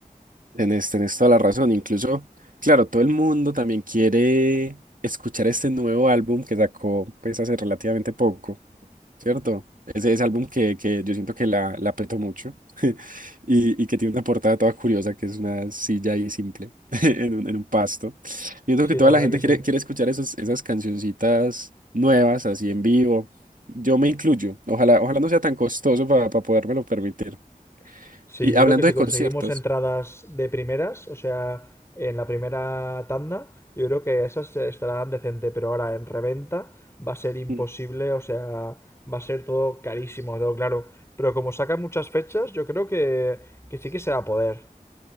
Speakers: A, on the right; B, on the left.
A: Tenés, tenés toda la razón. Incluso, claro, todo el mundo también quiere escuchar este nuevo álbum que sacó pues hace relativamente poco, ¿cierto? Ese, ese álbum que, que yo siento que la, la apretó mucho <laughs> y, y que tiene una portada toda curiosa, que es una silla ahí simple <laughs> en un, en un pasto. Siento
B: Sí,
A: que toda
B: la verdad
A: la gente
B: que
A: quiere,
B: sí.
A: quiere escuchar esos, esas cancioncitas nuevas, así en vivo. Yo me incluyo. Ojalá, ojalá no sea tan costoso para podérmelo permitir.
B: Sí,
A: Y
B: yo
A: hablando
B: creo que si
A: de
B: conseguimos
A: conciertos,
B: entradas de primeras, o sea, en la primera tanda, yo creo que esas estarán decente, pero ahora en reventa va a ser imposible,
A: Mm.
B: o sea, va a ser todo carísimo, lo tengo claro. Pero como sacan muchas fechas, yo creo que, que sí que se va a poder.